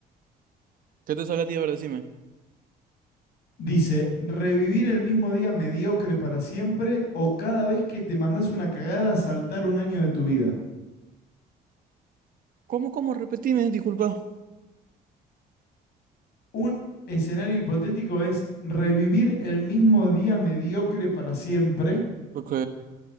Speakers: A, on the right; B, on the left.
A: ¿Qué te sale a ti? A ver, decime.
B: dice, revivir el mismo día mediocre para siempre o cada vez que te mandás una cagada saltar un año de tu vida.
A: ¿Cómo, cómo? Repetime, disculpa.
B: Un escenario hipotético es revivir el mismo día mediocre para siempre
A: Ok.